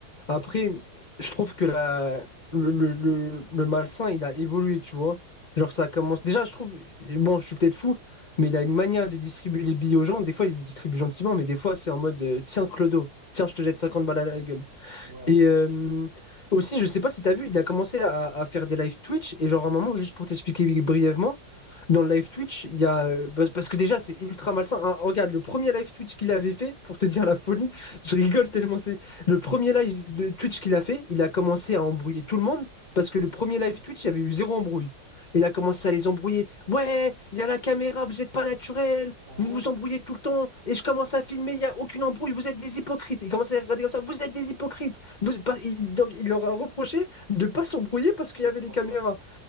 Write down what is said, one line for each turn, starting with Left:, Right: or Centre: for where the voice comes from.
Left: Après, je trouve que la, le, le, le- le malsain, il a évolué, tu vois. Genre, ça commence. Déjà, je trouve, bon, je suis peut-être fou, mais il a une manière de distribuer les billets aux gens. Des fois, il les distribue gentiment, mais des fois, c'est en mode euh, tiens, Clodo, tiens, je te jette 50 balles à la gueule.
Right: Ouais.
Left: Et euh, aussi, je sais pas si tu as vu, il a commencé à, à faire des live Twitch. Et genre, à un moment, juste pour t'expliquer brièvement, dans le live Twitch, il y a. euh, bah, Parce que déjà, c'est ultra malsain. Ah, regarde, le premier live Twitch qu'il avait fait, pour te dire la folie, <laughs> je rigole tellement c'est. Le premier live de Twitch qu'il a fait, il a commencé à embrouiller tout le monde. Parce que le premier live Twitch, il y avait eu zéro embrouille. Il a commencé à les embrouiller. Ouais, il y a la caméra, vous n'êtes pas naturel,
Right: Ah
Left: vous
Right: ouais?
Left: vous embrouillez tout le temps, et je commence à filmer, il n'y a aucune embrouille, vous êtes des hypocrites. Il commence à les regarder comme ça, vous êtes des hypocrites. Vous- pas- il, donc, il leur a reproché de pas s'embrouiller parce qu'il
Right: Je
Left: y
Right: crois
Left: avait les caméras.
Right: pas.